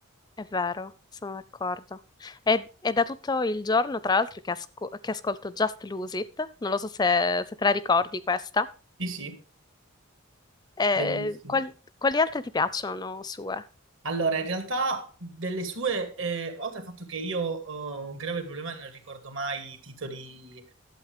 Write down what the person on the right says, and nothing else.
Sì, sì,
bellissimo.
Allora, in realtà delle sue, eh, oltre al fatto che io ho un grave problema e non ricordo mai i titoli, <laughs>